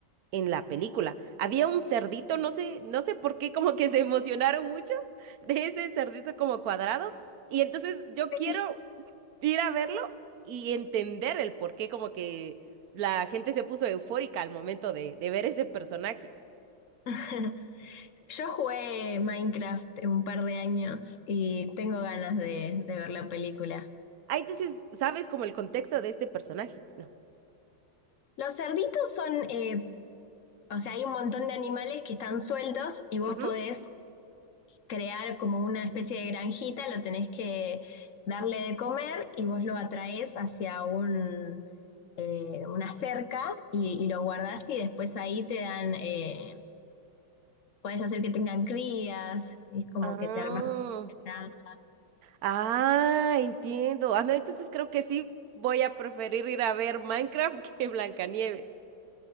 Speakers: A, on the right; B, on the left.
A: en la película. Había un cerdito, no sé, no sé por qué como que se emocionaron mucho <laughs> de ese cerdito como cuadrado, y entonces yo
B: Sí.
A: quiero ir a verlo y entender el por qué como que la gente se puso eufórica al momento de, de ver ese personaje.
B: <laughs> Yo jugué Minecraft en un par de años y tengo ganas de, de ver la película.
A: Ah, entonces, ¿sabes como el contexto de este personaje? No.
B: Los cerditos son, eh, o sea, hay un montón de animales que están sueltos y vos
A: Ujú.
B: podés crear como una especie de granjita, lo tenés que darle de comer y vos lo atraes hacia un, eh, una cerca y, y lo guardás y después ahí te dan, eh, puedes hacer que tengan crías, y es como
A: Ah,
B: que te armas. una granja.
A: ah, entiendo. Ah, no, entonces creo que sí voy a preferir ir a ver Minecraft que Blancanieves.